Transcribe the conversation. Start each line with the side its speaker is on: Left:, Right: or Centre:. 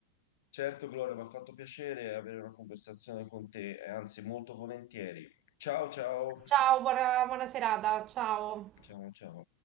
Left: Certo, Gloria, mi ha fatto piacere avere una conversazione con te, e anzi molto volentieri. Ciao, ciao.
Right: Ciao, buona, buona serata, ciao!
Left: Ciao, ciao.